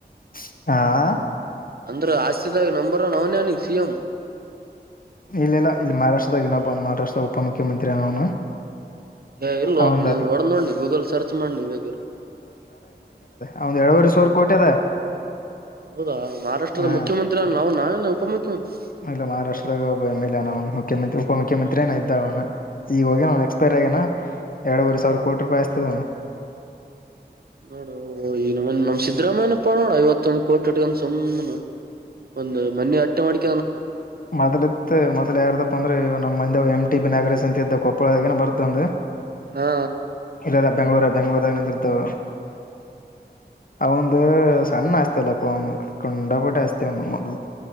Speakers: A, on the left; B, on the right.
A: ಹಾ
B: ಅಂದ್ರ ಆಸ್ತಿದಾಗ ನಂಬರ್ ಒನ್ ಅವನೆ ಎನಿವಾಗ್ ಸಿ ಎಂ
A: ಇಲ್ಲ ಇಲ್ಲ ಇಲ್ಲಿ ಮಹಾರಾಷ್ಟ್ರದಾಗ ಇನೂಬ್ಬನ್ ಮಹಾರಾಷ್ಟ್ರದ ಉಪ ಮುುಖ್ಯಮಂತ್ರಿ ಅವನು
B: <inaudible> ಏ ಇಲ್ಲೊ
A: ಅವಂದ
B: ಒಬ್ ನೀ
A: ಅದ
B: ಹೊಡ್ ನೋಡ್ನಿ ಗೂಗಲ್ ಸರ್ಚ್ ಮಾಡ್ನಿ ಬೇಕಿರೆ
A: ಅವಂದ್ ಎರಡುವರೆ ಸಾವಿರ ಕೋಟಿ ಅದ
B: ಹೌದಾ ಮಹಾರಾಷ್ಟ್ರದ
A: ಹಾ
B: ಮುಖ್ಯಮಂತ್ರಿ ಅವ್ನಲ ಅನ್ನಾ ಎನ್ ಉಪ ಮುುಖ್ಯಮಂತ್ರಿ <unintelligible>
A: ಇಲ್ಲ ಮಹಾರಾಷ್ಟ್ರದಾಗ ಒಬ್ಬ ಎಂ ಎಲ್ ಅವ್ನಾ ಮುಖ್ಯಮಂತ್ ಉಪುಖ್ಯಮಂತ್ರಿಯೆನ್ ಇದ್ದ ಅವ್ನು ಈಗ
B: ಹ
A: ಹೋಗ್ಯನ
B: ಹ
A: ಅವನ್ ಎಕ್ಸ್ಪೈರ್ ಆಗ್ಯನಾ ಎರಡುವರೆಸಾವಿರ
B: ಹ್ಮ್
A: ಕೋಟಿ ರೂಪಾಯಿ ಆಸ್ತ <unintelligible>
B: ನೋಡೊ ಈ ನಮ್ ಸಿದ್ದರಾಮಯ್ಯನಪ್ಪ ನೋಡ ಐವತ್ತೊಂದ್ ಕೋಟಿ <unintelligible> ಸುಮ್ಮ್ನೆ ಒಂದು ಮನೆ <unintelligible>
A: ಮೊದ್ಲಿತ್ತು ಮೊದ್ಲ್ ಯಾರ್ದಪ್ಪ ಅಂದ್ರೆ ನಮ್ಮ್ ಮಂದ <unintelligible> <unintelligible> ನಾಗರಾಜ್ ಅಂತ್ದ ಕೊಪ್ಪಳದ <unintelligible>
B: ಹಾ
A: ಇಲ್ಲಲ್ಲ ಬೆಂಗ್ಳೂರ ಬೆಂಗ್ಳೂರದಾಗ ನಿಂತಿರ್ತಾವ ಅವಂದು ಸಣ್ಣ ಆಸ್ತಿ ಅಲ್ಲ <unintelligible>